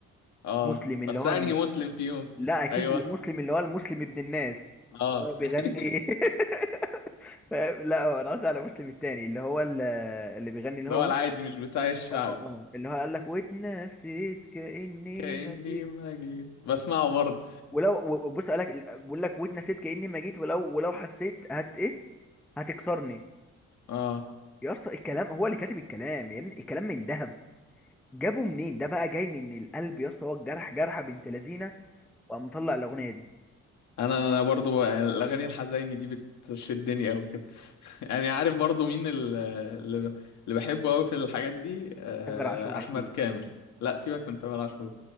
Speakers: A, on the left; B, in the centre.
A: اه
B: مسلم اللي
A: بس
B: هو
A: انهي
B: م-
A: مسلم فيهم
B: لا اكيد
A: ايوه
B: المسلم اللي هو المسلم ابن الناس
A: اه
B: اللي هو بيغني
A: <laughs>
B: <laughs> ف- لا هو انا قصدي على مسلم التاني اللي هو ال- اللي بيغني اللي
A: اللي
B: هو
A: هو
B: ويت
A: العادي مش بتاع الشعبي
B: اه اه اللي هو قال لك واتنسيت كاني
A: كأني
B: ما جيت
A: ما جيت بسمعه برضه
B: ولو و- بص قال لك بقول لك واتنسيت كاني ما جيت ولو ولو حسيت هت ايه هتكسرني
A: اه
B: يا اسطى الكلام هو اللي كاتب الكلام يا ابني الكلام من ذهب جابه منين ده بقى جاي من القلب يا اسطى هو الجرح جرحه بنت لذينه وقام مطلع الاغنيه دي
A: انا انا برضو بقى- يعني الاغاني الحزيني دي بتشدني قوي كده <laughs> يعني عارف برضو مين ال- اللي ب- اللي بحبه قوي في الحاجات دي آه،
B: تامر عاشور
A: احمد
B: اكيد
A: كامل لا سيبك من تامر عاشور